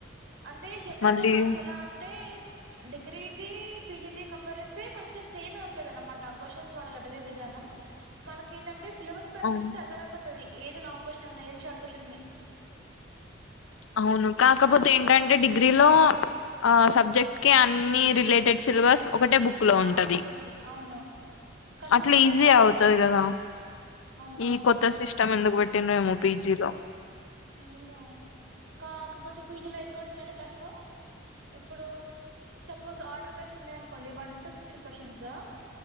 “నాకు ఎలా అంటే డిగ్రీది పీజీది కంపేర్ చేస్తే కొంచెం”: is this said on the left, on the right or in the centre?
Right